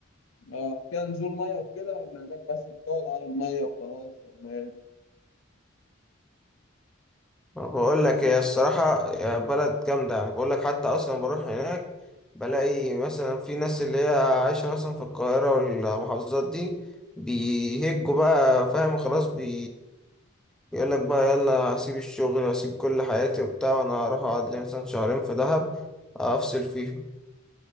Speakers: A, on the left; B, in the centre.
A: آه فيها نزول مية وكده ولا هناك بس بتقعد على المية وخلاص ولا إيه؟
B: بقول لك هي الصراحة يا بلد جامدة يعني بقول لك حتى أصلا بروح هناك بلاقي مثلا في ناس اللي هي عايشة مثلا في القاهرة والمحافظات دي بيهجوا بقى فاهم خلاص بي يقول لك بقى يلا أسيب الشغل وأسيب كل حياتي وبتاع وأنا هروح أقعد لي مثلا شهرين في دهب أفصل فيه